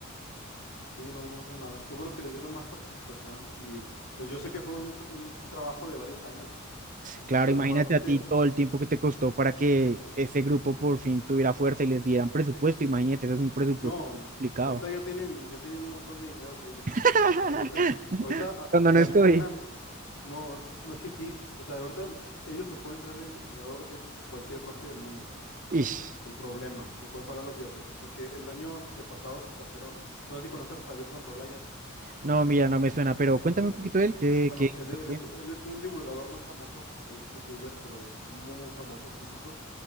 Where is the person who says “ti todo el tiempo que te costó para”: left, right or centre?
Right